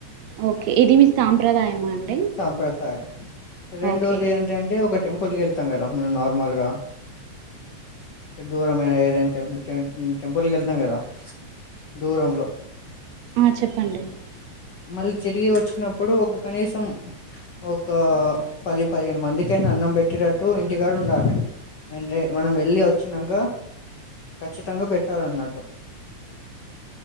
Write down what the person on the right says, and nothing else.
ఓకే ఇది మీ సాంప్రదాయమా అండి
ఓకే
ఆ చెప్పండి